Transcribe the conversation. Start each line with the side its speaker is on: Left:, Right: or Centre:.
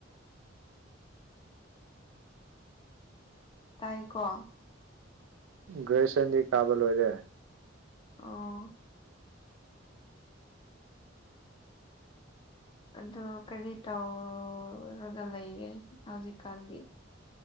Left: ꯇꯥꯏꯌꯦꯀꯣ
Right: ꯒ꯭ꯔꯦꯖꯨꯌꯦꯁꯟꯗꯤ ꯀꯥꯕ ꯂꯣꯏꯔꯦ
Left: ꯑꯣ ꯑꯗꯨ ꯀꯔꯤ ꯇꯧꯔꯒ ꯂꯩꯒꯦ ꯍꯧꯖꯤꯛꯀꯥꯟꯗꯤ